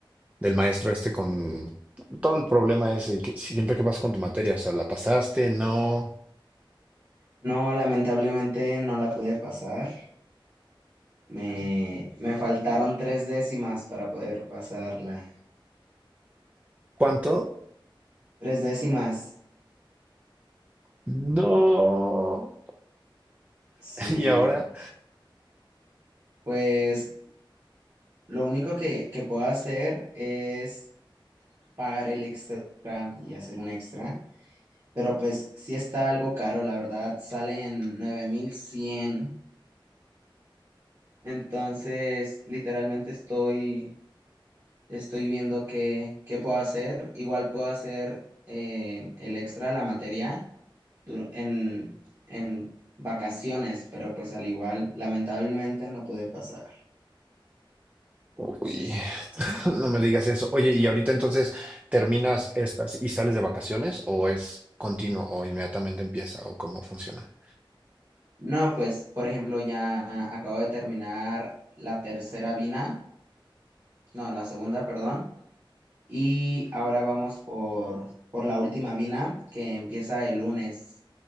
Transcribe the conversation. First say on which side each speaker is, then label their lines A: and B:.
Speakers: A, on the right; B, on the right.
A: del maestro este con todo el problema ese, y que siempre que pasa con tu materia, o sea, ¿la pasaste? No.
B: No, lamentablemente no la pude pasar. Me, me faltaron tres décimas para poder pasarla.
A: ¿Cuánto?
B: Tres décimas.
A: No.
B: Sí,
A: <laughs> Y ahora,
B: pues lo único que, que puedo hacer es pagar el extra y hacer un extra. Pero pues sí está algo caro, la verdad. Salen 9100. Entonces, literalmente estoy, estoy viendo qué, qué puedo hacer. Igual puedo hacer eh, el extra, la materia, dur- en, en vacaciones, pero pues al igual, lamentablemente no pude pasar.
A: uy, <laughs> no me digas eso. Oye, y ahorita entonces terminas estas y sales de vacaciones o es continuo o inmediatamente empieza o cómo funciona?
B: No, pues, por ejemplo, ya acabo de terminar la tercera vina, no, la segunda, perdón, y ahora vamos por, por la última vina que empieza el lunes.